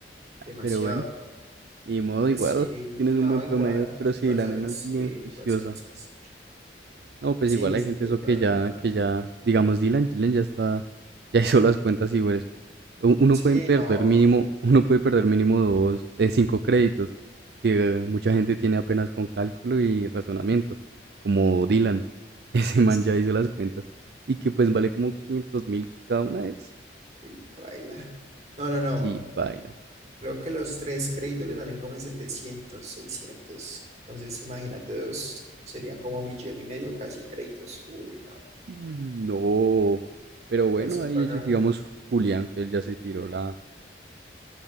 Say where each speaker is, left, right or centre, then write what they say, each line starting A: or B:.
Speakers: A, on the right; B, on the right.
A: demasiado.
B: pero bueno, ni modo
A: Pues
B: igual,
A: sí,
B: tienes un
A: no,
B: buen
A: igual,
B: promedio, pero sí,
A: pasar
B: la nena
A: es
B: es bien
A: eh,
B: juiciosa.
A: pasar es pasar.
B: No, pues
A: Sí,
B: igual hay
A: sí,
B: gente eso
A: la
B: que
A: verdad.
B: ya, que ya, digamos Dylan, Dylan ya está, <laughs> ya hizo las cuentas y güey, u- uno
A: Sí,
B: puede perder
A: no,
B: mínimo, <laughs> uno puede perder mínimo dos, eh, cinco créditos, que eh, mucha gente tiene apenas con cálculo y razonamiento, como Dylan, <laughs> ese man
A: sí,
B: ya hizo las cuentas, y que pues vale como quinientos mil cada una es,
A: y baila. No, no, no.
B: sí, baila.
A: Creo que los tres créditos le salen como en 700, 600. Entonces, imagínate dos, serían como millón y medio casi en créditos. Uy, no,
B: Uy, no. Pero bueno,
A: pues eso
B: ahí
A: paga.
B: ellos, digamos, Julián, que él ya se tiró la...